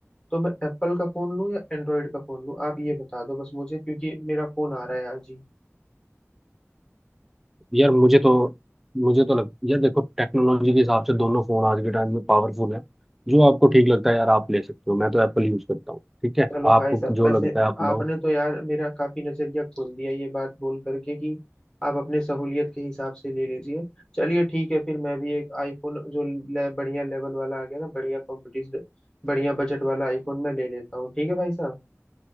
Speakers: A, on the left; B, in the centre.
A: तो मैं एप्पल का फोन लूं या एंड्रॉयड का फोन लूं आप ये बता दो बस मुझे क्योंकि मेरा फोन आ रहा है आज ही
B: यार मुझे तो मुझे तो लग यार देखो टेक्नोलॉजी के हिसाब से दोनों फोन आज के टाइम में पावरफुल है जो आपको ठीक लगता है यार आप ले सकते हो मैं तो एप्पल यूज करता हूँ ठीक है
A: चलो
B: आपको
A: भाई साहब
B: जो
A: वैसे
B: लगता है आप लो
A: आपने तो यार मेरा काफी नजरिया खोल दिया ये बात बोल करके कि आप अपने सहूलियत के हिसाब से ले लीजिए चलिए ठीक है फिर मैं भी एक आईफोन जो ले, बढ़िया लेवल वाला आ गया ना बढ़िया कॉम्पिटिशन बढ़िया बजट वाला आईफोन मैं ले लेता हूँ ठीक है भाई साहब